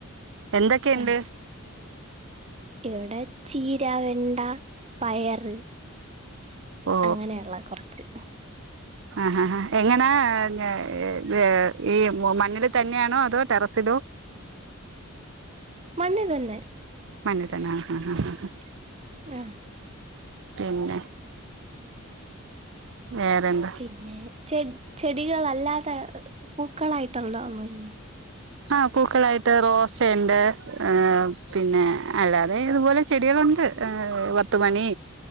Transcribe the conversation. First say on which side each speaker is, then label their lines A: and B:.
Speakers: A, on the right; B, on the right.
A: എന്തൊക്കെയുണ്ട്
B: ആഹ് ഇവടെ ചീര, വെണ്ട പയറ്
A: ഓ
B: അങ്ങനെയൊള്ള കൊറച്ച്
A: ആഹ് ആഹ് എങ്ങനാ ഞ ഏ വേ ഈ മൂ മണ്ണില് തന്നെയാണോ അതോ ടെറസിലോ
B: മണ്ണീ തന്നെ
A: മണ്ണ് തന്നെ ആഹ് ആഹ് ആഹ് ആഹ്
B: ആഹ്
A: പിന്നെ വേറെന്താ
B: പിന്നേ ചെട് ചെടികളല്ലാതെ ഇഹ് പൂക്കളായിട്ടൊള്ള ഒന്നുവില്ലേ
A: ആഹ് പൂക്കളായിട്ട് റോസയിണ്ട് ഏഹ് പിന്നെ അല്ലാതെ ഇതുപോലെ ചെടികളൊണ്ട് ഇഹ് പത്തുമണി